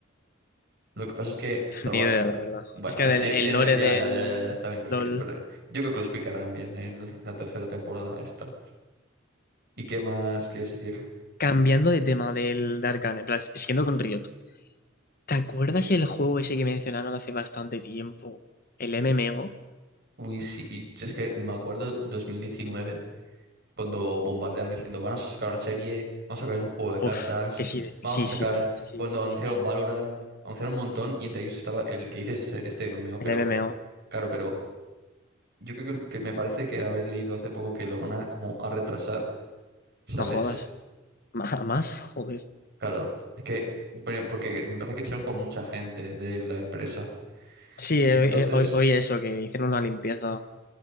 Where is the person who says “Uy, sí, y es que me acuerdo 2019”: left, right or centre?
Right